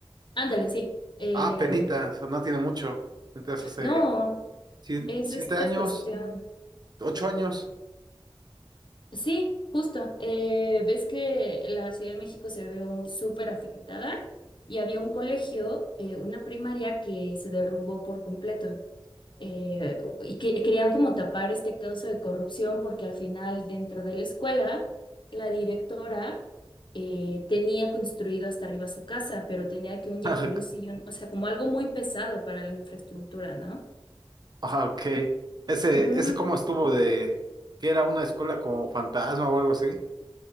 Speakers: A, on the left (about 55°); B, on the right (about 45°).
A: ándale, sí. Em,
B: Ah, penita, o sea, no tiene mucho. Entonces hace
A: no,
B: si-
A: es
B: siete
A: esta
B: años,
A: cuestión.
B: ocho años.
A: Sí, justo. Eh, ves que la Ciudad de México se vio súper afectada y había un colegio, eh, una primaria que se derrumbó por completo. Eh, y que, querían como tapar este caso de corrupción porque al final dentro de la escuela la directora eh, tenía construido hasta arriba su casa, pero tenía que un jacuzzi,
B: <laughs>
A: y un- o sea, como algo muy pesado para la infraestructura, ¿no?
B: ah ok. Ese,
A: Ujú.
B: ese cómo estuvo de que era una escuela como fantasma o algo así.